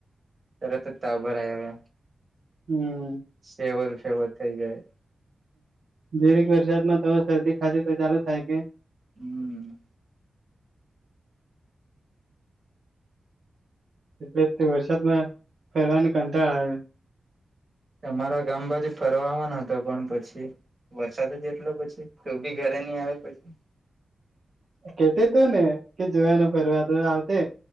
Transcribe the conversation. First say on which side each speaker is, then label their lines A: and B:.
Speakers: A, on the right; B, on the right.
A: તરત જ તાવ ભરાઈ આવે
B: હમ
A: શેવર ફેવર થઈ જાય
B: જીરીક વરસાદ માં તો શરદી ખાસી તો ચાલુ થાય કે
A: હમ્મ
B: એટલે તે વરસાદમાં ફરવાની કંટાળ આવે
A: તમારા ગામ બાજુ ફરવાવાના હતા પણ પછી વરસાદ જ એટલો પછી તું બી ઘરે નહી આવે પછી
B: કેતે તો ને કે જવાનો ફરવા તો આવતે